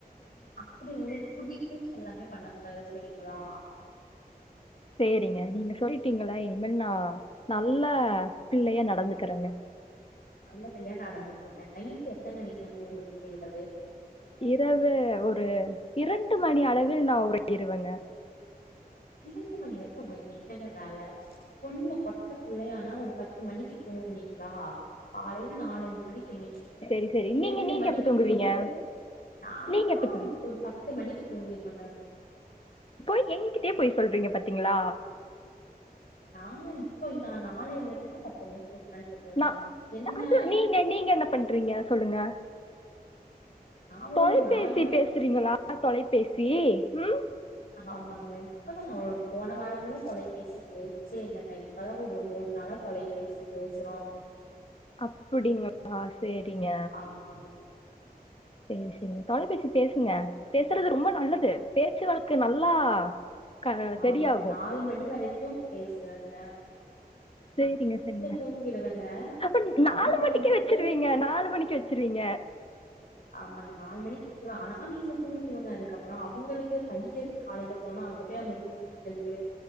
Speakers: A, on the left (about 65°); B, on the left (about 35°).
A: அப்டி ஒங்ளுக்கு புடிக்குனு எல்லாமே பண்ணக்கூடாது செரிங்களா
B: சேரிங்க நீங்க சொல்லிடீங்களா இனிமேல் நா நல்ல பிள்ளையா நடந்துக்கறேங்க
A: நல்ல பிள்ளையா நடந்துக்கோங்க நைட்டு எத்தன மணிக்குங்க தூங்குறீங்க இரவு
B: இரவு ஒரு இரண்டு மணி அளவில் நா உறங்கிருவேங்க
A: இரண்டு மணி வரைக்கு ஒங்ளுக்கு என்னங்க வேல புள்ள பொட்ட புள்ளையானா ஒரு பத்து மணிக்கு தூ ங்னீங்களா காலைல நாலஞ்சு மணிக் கு எணிக்கனுங்க
B: சரி சரி
A: நீங்க ரெண்டு மணிக்கு
B: எப்ப தூங்குவீங்க
A: தூங்கிட்டு நாலா
B: நீங்க எப்ப தூங்குவீங்க
A: இப்ப ஒரு பத்து மணிக்கு தூங்கிருவேங்க
B: பொய் எங்கிட்டே பொய் சொல்றீங்க பாத்தீங்களா
A: நா இப்போ இல்ல நா நாளைல இருந்து பத்து மணிக்கு தூங்கலான்ட்டு இருக்கேங்க
B: நா
A: என்ன
B: <unintelligible> நீங்க நீங்க என்ன பண்றீங்க சொல்லுங்க
A: நா
B: தொலைபேசி
A: ஒரு நாலு மணி
B: பேசுறீங்களா தொலைபேசி ம்
A: ஆமா ஆமாங்க இப்பதா ஒரு போன வாரம்லா தொலைபேசி பேச்சே இல்லங்க இப்பதா ஒரு மூணு நாளா தொலைபேசி பேசுறோ
B: அப்டிங்களா சேரிங்க
A: ஆமாங்க
B: செரி செரி தொலைபேசி பேசுங்க பேசுறது ரொம்ப நல்லது பேச்சு வழக்கு நல்லா க சரியாகும்
A: ஆமாங்க நாலு மணி வரைக்கும் பேசுவங்க
B: சேரிங்க செரிங்க
A: தூங்கிருவேங்க
B: அப்ப நாலு
A: அவங்க
B: மணிக்கு
A: வந்துட்டு
B: வச்சிருவீங்க நாலு மணிக்கு வச்சிருவீ ங்க
A: <inaudible> ஆமாங்க நாலு மணிக்கு வச்சிருவ ஆனா வீட்டுல தூங்கிருவாங்க அதுக்கப்புறம் அவங்களுக்கு படிக்கிறதுக்கு காலையில போனா அங்க போய் அவங்க தூங்கி விழுந்து